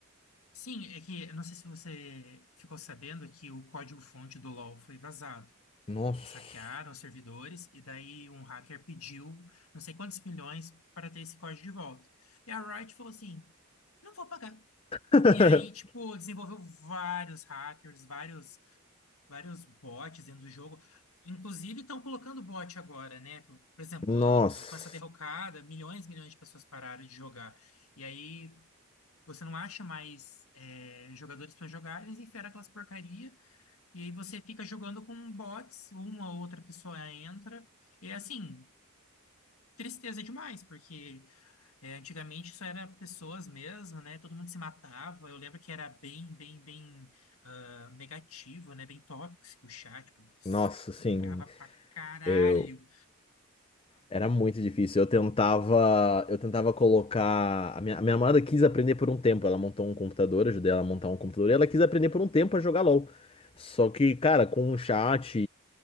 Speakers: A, on the left (about 70°); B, on the left (about 25°).
A: Sim, é que eu não sei se você ficou sabendo que o código-fonte do LoL foi vazado.
B: Nossa.
A: Eles saquearam os servidores e daí um hacker pediu não sei quantos milhões para ter esse código de volta. E a Riot falou assim: não vou pagar.
B: <laughs>
A: E aí, tipo, desenvolveu vários hackers, vários, vários bots dentro do jogo. Inclusive, estão colocando bot agora, né? Por exemplo,
B: Nossa.
A: eh, com essa derrocada, milhões e milhões de pessoas pararam de jogar. E aí, você não acha mais eh, jogadores para jogar, eles enfiaram aquelas porcaria e aí você fica jogando com bots, uma ou outra pessoa entra. E assim, tristeza demais, porque é, antigamente só era pessoas mesmo, né? Todo mundo se matava. Eu lembro que era bem, bem, bem ah, negativo, né? Bem tóxico o chat, tipo,
B: Nossa, sim,
A: xingava pra caralho.
B: eu era muito difícil. Eu tentava, eu tentava colocar. A minha, a minha namorada quis aprender por um tempo. Ela montou um computador, eu ajudei ela a montar um computador e ela quis aprender por um tempo a jogar LoL. Só que, cara, com um chat